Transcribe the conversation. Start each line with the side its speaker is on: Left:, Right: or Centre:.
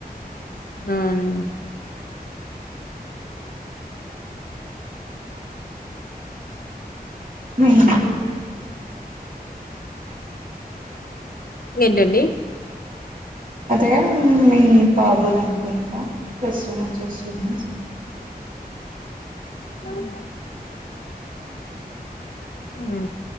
Left: అవునండి
Right: <unintelligible>
Left: ఏంటండి
Right: అదే మీ బాబు ద అనుకుందా ప్రస్రంచి వచ్చింద
Left: ఆవు ఆ